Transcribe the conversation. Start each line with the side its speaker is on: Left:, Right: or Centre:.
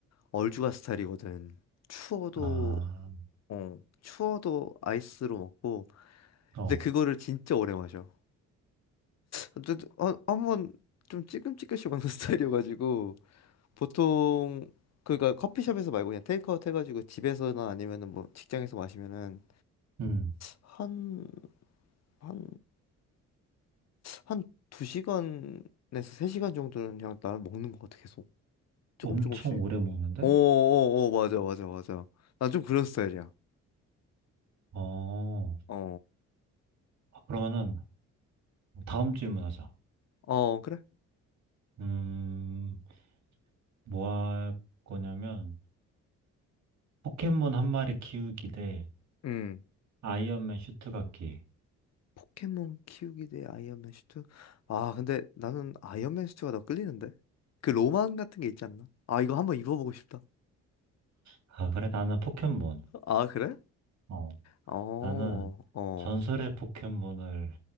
Left: 얼죽아 스타일이거든. 추워도
Right: 아,
Left: 어, 추워도 아이스로 먹고.
Right: 어,
Left: 근데 그거를 진짜 오래 마셔. 근데 한- 한번 좀 찌끔찌끔씩 먹는 <laughs> 스타일이어가지고 보통 그러니까 커피숍에서 말고 그냥 테이크아웃 해가지고 집에서나 아니면은 뭐 직장에서 마시면은
Right: 음.
Left: 한 한 한 두 시간에서 세 시간 정도는 그냥 나는 먹는 것 같아 계속 조금
Right: 엄청
Left: 조금씩
Right: 오래 먹는데?
Left: 어어어 맞아 맞아 맞아 난 좀 그런 스타일이야
Right: 어,
Left: 어
Right: 아, 그러면은 다음 질문 하자.
Left: 어 그래
Right: 음, 뭐 할 거냐면 포켓몬 한 마리 키우기 대
Left: 음
Right: 아이언맨 슈트 갖기.
Left: 포켓몬 키우기 대 아이언맨 슈트 아 근데 나는 아이언맨 슈트가 더 끌리는데 그 로망 같은 게 있지 않나 아 이거 한번 입어보고 싶다
Right: 아, 그래 나는 포켓몬.
Left: 아 그래
Right: 어,
Left: 어어
Right: 나는 전설의 포켓몬을